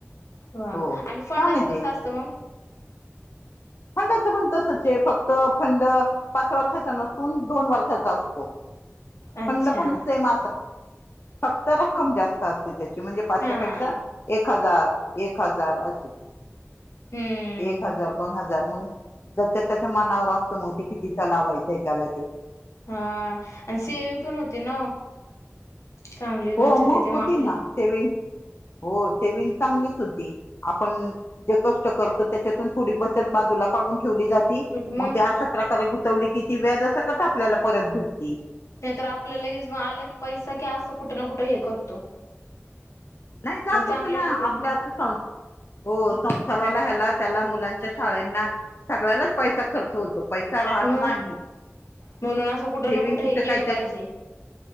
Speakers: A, on the left; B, on the left.
A: ह
B: हो छान
A: आणि फंडाचं
B: आहे
A: कसं
B: ते
A: असतं मग.
B: फंडाचं पण तसच आहे फक्त फंड पाच वर्षाचा नसून दोन वर्षाचा असतो
A: अच्छा
B: फंड पण सेम फक्त रक्कम जास्त असती. त्याची म्हणजे पाचश्यापेक्षा
A: हा
B: एक हजार एक हजार अशी.
A: हम्म
B: एक हजार दोन हजार मग जच्या त्याच्या मनावर असतं मग ते कितीचा लावायचंय त्याला ते.
A: हा आणि सेविंग पण होती ना चांगलीच
B: हो
A: बचत येते मग
B: होती
A: आपली.
B: ना सेविंग हो सेविंग चांगलीच होती. आपण जे कष्ट करतो त्याच्यातून थोडी बचत बाजूला काढून ठेवली जाते.
A: मग
B: ती अशा प्रकारे गुंतवली की ती व्याजसकट आपल्याला परत भेटती.
A: नाहीतर आपल्या लगेचग आलं की पैसा क असं कुठं ना कुठं हे करतो.
B: नाही जातोनाच
A: मग चांगल्या ठिकाणी
B: आपल्या संसारी आता. हो संसाराला ह्याला त्याला मुलांच्या शाळेना सगळ्यालाच पैसा खर्च होतो. पैसा राहत
A: मग
B: नाही.
A: म्हणून असं कुठं
B: सेविंग
A: ना कुठं
B: कुठे
A: हे केलं
B: काय
A: पाहिजे.
B: त्यात